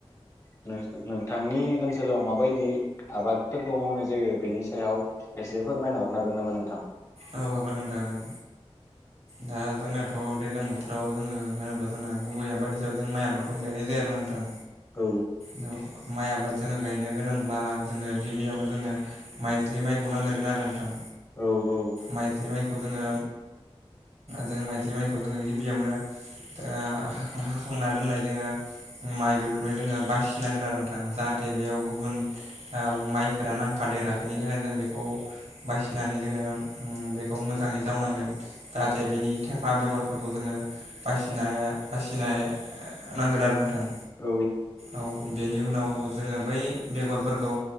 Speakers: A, on the left; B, on the right.
A: <unintelligible> नोंथांनि ओनसोलाव माबायदि आबादफोरखौ मावनाय जायो बेनि स सायाव एसे फोरमायना हरनो हागोन नामा नोंथां
B: औ हागोन नोंथां हागोन दा जोंनाथ' दैलां बोथोराव जोङो होनोब्ला जोंना गुबै आबाद <unintelligible> जों माइ आादखौनो गायनाय जायो आरो ना नोंथां
A: औ
B: द माइ आबाद जोङो गायनो गोनांब्ला जोङो गिबियावनो जोंनो माइज्लिमाइखौ नांगोरगोन आरो नोंथां
A: औ औ
B: माइज्लि माइखौ जोङो जों माइज्लिमाइखौ जोङो गिबियावनो ओ हाखांना दोननाय जोङो माइ बेफोरबाय जोङो बासिनांगोन आरो नोंथां जाहाथे बेयाव गुबुन ओ माइफोरा नांफा देरा बेनि थाखायनो जों बेखौ बासिनानै जोङो बेखौ मोजाङै जावनांगोन जाहाथे बेनि थेफा बेगरफोरखौ जोङो बासिना बासिनाय नांगोन आरो नोंथां
A: औ
B: औ बेनि उन उनाव जोङो बै बेगरफोरखौ